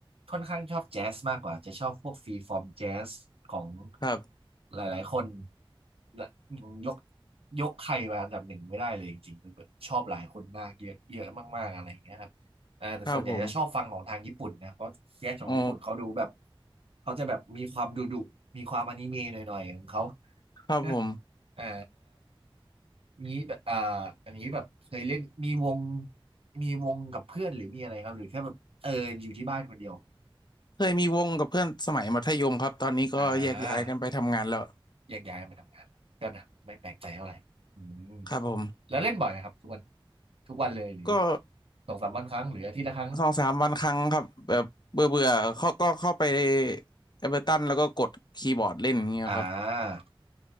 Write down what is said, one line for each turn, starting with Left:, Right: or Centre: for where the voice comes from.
Right: ค่อนข้างชอบแจ๊สมากกว่าจะชอบพวกฟรีฟอร์มแจ๊สของ
Left: ครับ
Right: หลายๆคน และยกยกใครมาอันดับหนึ่งไม่ได้เลยจริงๆมันแบบชอบหลายคนมากเยอะเยอะมากๆอะไรอย่างเงี้ยครับอ่าแต่ส่วนใหญ่จะชอบฟังของทางญี่ปุ่นนะเพราะแจ๊สของญี่ปุ่นเขาดูแบบ
Left: ครับผมอ๋อ
Right: เขาจะแบบมีความดุดุมีความอนิเมะหน่อยๆของเขา
Left: ครับผม
Right: นะอ่านี้แบบอ่าอันนี้แบบเคยเล่นมีวงมีวงกับเพื่อนหรือมีอะไรครับหรือแค่แบบเอออยู่ที่บ้านคนเดียว
Left: เคยมีวงกับเพื่อนสมัยมัธยมครับ ตอนนี้ก็แยกย้ายกันไปทำงานแล้ว
Right: อ่าแยกย้ายมาทำงานก็นะไม่แปลกใจเท่าไหร่อืม
Left: ครับผม
Right: แล้วเล่นบ่อยไหมครับทุกวันทุกวันเลยหรือ
Left: ก็
Right: สองสามวันครั้งหรืออาทิตย์ละครั้ง
Left: สองสามวันครั้งครับแบบเบื่อเบื่อเขาก็เข้าไปเอเบอร์ตันแล้วก็กดคีย์บอร์ดเล่นอย่างเงี้ยครับ
Right: อ่า